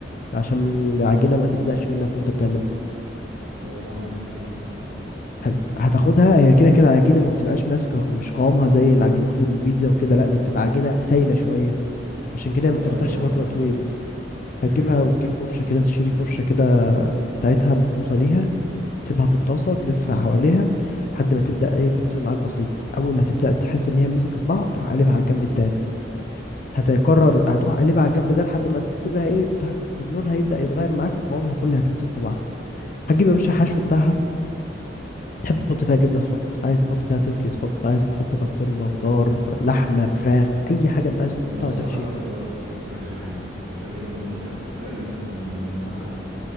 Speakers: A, on the left; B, on the right.
A: عشان العجينة ما تلزقش منك وانت بتعملها
B: اه عندك كده
A: حلو هتاخدها هي كده كده العجينة ما بتبقاش ماسكة مش قوامها زي عجينة البيتزا وكده لا دي بتبقى عجينة سايلة شوية عشان كده
B: اه
A: ما بترتاحش
B: ايوه عارفها
A: فترة طويلة هتجيبها
B: ايوه
A: وتجيب فرشة كده تشتري فرشة كده بتاعتها مخصوصة ليها وتسيبها في الطاسة تلفها حواليها لحد ما تبدأ ايه تستوي معاك بسيط أول ما تبدأ تحس إن هي مسكت بعض تروح قلبها على الجنب التاني هتقرر هتروح قلبها على الجنب ده لحد ما تسيبها ايه تح- لونها هيبدأ يتغير معاك وقوامها كلها هتمسك في بعض هتجيب يا باشا حشو بتاعها تحب تحط فيها جبنة تحط عايز تحط فيها تركي تحط عايز تحط بسطرمة خضار لحمة فراخ أي حاجة أنت عايز تحطها
B: انا بصراحه
A: هتحشيها
B: بحب اكتر بالفراخ يعني غالبا ممكن اقلي مثلا معاها